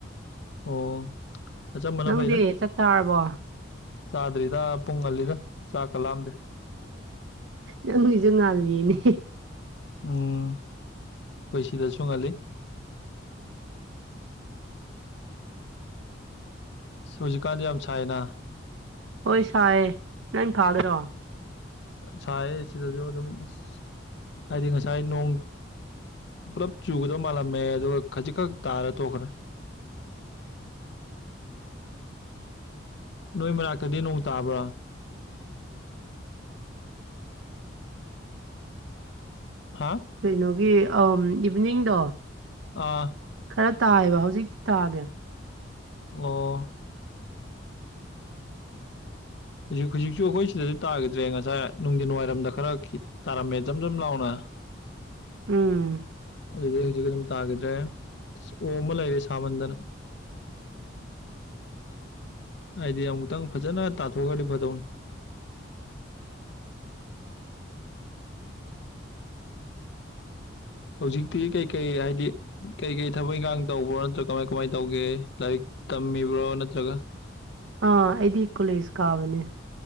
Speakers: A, on the left (about 65°); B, on the right (about 75°).
A: ꯑꯣ ꯑꯆꯝꯕꯅ
B: ꯅꯪꯗꯤ
A: ꯐꯩꯗ
B: ꯆꯠ ꯆꯥꯔꯕꯣ
A: ꯆꯥꯗ꯭ꯔꯤꯗ ꯄꯨꯡ ꯀꯜꯂꯤꯗ ꯆꯥꯛ ꯀꯂꯥꯑꯝꯗꯦ
B: ꯅꯪꯒꯤꯁꯨ ꯉꯥꯜꯂꯤꯅꯦ
A: ꯎ ꯑꯩꯈꯣꯏ ꯁꯤꯗꯁꯨꯣꯡꯍꯜꯂꯤ ꯁ ꯍꯧꯖꯤꯛꯀꯥꯟꯗ ꯌꯥꯝ ꯁꯥꯏꯅ
B: ꯍꯣꯏ ꯁꯍꯦ ꯅꯪ ꯐꯥꯗꯔꯣ
A: ꯁꯥꯏ ꯁꯤꯗꯁꯨ ꯑꯗꯨꯝ ꯑ ꯍꯥꯏꯗꯤ ꯉꯁꯥꯏ ꯅꯣꯡ ꯄꯨꯂꯞ ꯆꯨꯒꯗꯕ ꯃꯥꯜꯂꯝꯃꯦ ꯑꯗꯨꯒ ꯈꯖꯤꯛꯈꯛ ꯇꯥꯔ ꯇꯣꯛꯈ꯭ꯔꯦ ꯅꯣꯏ ꯃꯅꯥꯛꯇꯗꯤ ꯅꯣꯡ ꯇꯥꯕ꯭ꯔꯥ ꯍꯥ
B: ꯀꯩꯅꯣꯒꯤ ꯏꯚꯅꯤꯡꯗꯣ
A: ꯑꯥ
B: ꯈꯔ ꯇꯥꯏꯑꯕ ꯍꯧꯖꯤꯛꯇꯤ ꯇꯥꯗ꯭ꯔꯦ
A: ꯑꯣ ꯍꯧꯖꯤꯛ ꯍꯧꯖꯤꯛꯁꯨ ꯑꯩꯈꯣꯏ ꯁꯤꯗꯁꯨ ꯇꯥꯈꯤꯗ꯭ꯔꯦ ꯉꯁꯥꯏ ꯅꯨꯡꯊꯤꯟ ꯋꯥꯏꯔꯝꯗ ꯈꯔ ꯈꯤ ꯇꯥꯔꯝꯃꯦꯆꯝ ꯁꯝ ꯂꯥꯎꯅ
B: <unintelligible> ꯎꯝ
A: ꯑꯗꯨꯗꯤ ꯍꯧꯖꯤꯛ ꯑꯗꯨꯝ ꯇꯥꯈꯤꯗ꯭ꯔꯦ ꯑ ꯑꯣ ꯑꯃ ꯂꯩꯔꯦ ꯁꯥꯃꯟꯗꯅ ꯍꯥꯏꯗꯤ ꯑꯃꯨꯛꯇꯪ ꯐꯖꯅ ꯇꯥꯊꯣꯛꯈꯗꯤ ꯐꯗꯧꯅꯤ
B: <inaudible>
A: ꯍꯧꯖꯤꯛꯇꯤ ꯀꯩꯀꯩ ꯍꯥꯏꯗꯤ ꯀꯩꯀꯩ ꯊꯕꯛ ꯏꯪꯈꯥꯡ ꯇꯧꯕ꯭ꯔꯣ ꯅꯠꯇ꯭ꯔꯒ ꯀꯃꯥꯏ ꯀꯃꯥꯏꯅ ꯇꯧꯒꯦ ꯂꯥꯏꯔꯤꯛ ꯇꯝꯃꯤꯕ꯭ꯔꯣ ꯅꯠꯇ꯭ꯔꯒ
B: ꯑꯥ ꯑꯩꯗꯤ ꯀꯣꯂꯦꯖ ꯀꯥꯕꯅꯦ